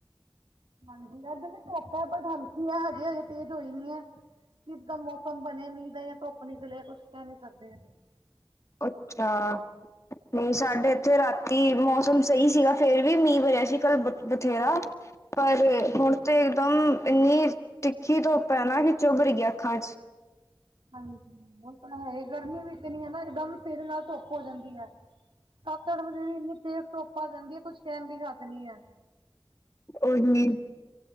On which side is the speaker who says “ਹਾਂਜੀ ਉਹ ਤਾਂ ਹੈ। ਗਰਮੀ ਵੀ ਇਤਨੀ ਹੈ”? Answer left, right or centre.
Right